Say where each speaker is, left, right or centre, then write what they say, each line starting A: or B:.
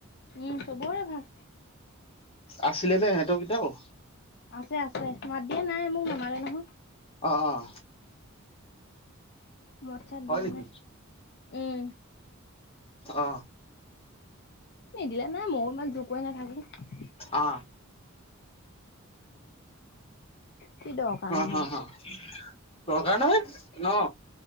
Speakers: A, on the left; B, on the left.
A: উম চবৰে ভাল
B: আছিলে নে সিহঁতৰ কেইটাও
A: আছে আছে মাত দিয়া নাই মোক নামাতে নহয়
B: অঁ অঁ
A: মদ চাত
B: হয়
A: দিয়া
B: নেকি
A: নাই উম
B: অ
A: নিদিলে নাই ময়ো ইমান জোৰ কৰি নাথাকো
B: অ
A: কি দৰকাৰ নো
B: অ হ
A: মোৰ
B: হ দৰকাৰ নাই ন